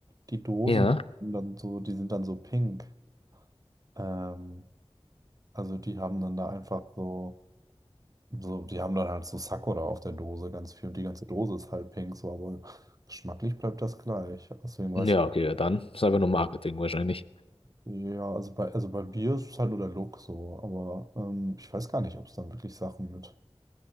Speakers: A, on the right (about 35°); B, on the left (about 60°).
A: die Dosen
B: Ja.
A: sind dann so, die sind dann so pink. Ähm, also die haben dann da einfach so, so, die haben dann halt so Sakura auf der Dose ganz viel und die ganze Dose ist halt pink, so, aber geschmacklich bleibt das gleich. Deswegen
B: Ja,
A: weiß ich,
B: okay, ja, dann ist einfach nur Marketing wahrscheinlich.
A: ja, also bei, also bei Bier ist es halt nur der Look so, aber ähm, ich weiß gar nicht, ob es dann wirklich Sachen mit